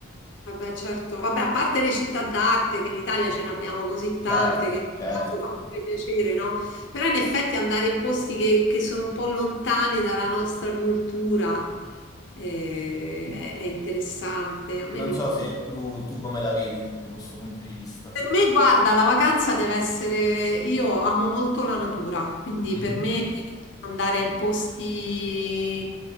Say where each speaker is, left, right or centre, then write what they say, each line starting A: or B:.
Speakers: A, on the left (about 65°); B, on the left (about 15°).
A: Vabbè, certo. Vabbè, a parte le città d'arte, che in Italia ce ne abbiamo così tante,
B: Certo,
A: che
B: certo.
A: tanto fa pure piacere, no? Però in effetti andare in posti che, che sono un po' lontani dalla nostra cultura eh,
B: sì.
A: è, è interessante. A me
B: Non
A: mi... incuriosisce.
B: so se tu, tu come la vedi sotto questo punto di vista.
A: Per me, guarda, la vacanza deve essere... Io amo molto la natura, quindi
B: Mhm,
A: per me andare in posti